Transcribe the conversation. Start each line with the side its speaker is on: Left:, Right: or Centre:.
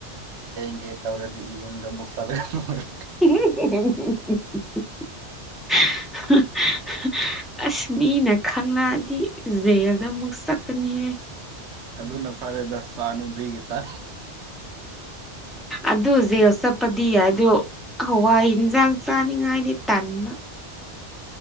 Right: ꯍꯦꯟꯒꯦ ꯇꯧꯔꯗꯤ ꯏꯌꯨꯝꯗ ꯑꯃꯨꯛ ꯆꯠꯂ ꯂꯣꯏꯔꯦ
Centre: <unintelligible> <unintelligible> ꯑꯁ ꯃꯤꯅ ꯈꯪꯂꯛꯑꯗꯤ ꯖꯦꯜꯗ ꯑꯃꯨꯛ ꯆꯠꯀꯅꯤꯍꯦ
Right: ꯑꯗꯨꯅ ꯐꯔꯦꯗ ꯆꯥ ꯅꯨꯡꯙꯤꯒꯤ ꯆꯥ
Centre: ꯑꯗꯨ ꯖꯦꯜ ꯆꯠꯄꯗꯤ ꯌꯥꯏ ꯑꯗꯣ ꯍꯋꯥꯏ ꯍꯤꯟꯖꯥꯡ ꯆꯥꯅꯤꯡꯉꯥꯏꯗꯤ ꯇꯟꯕ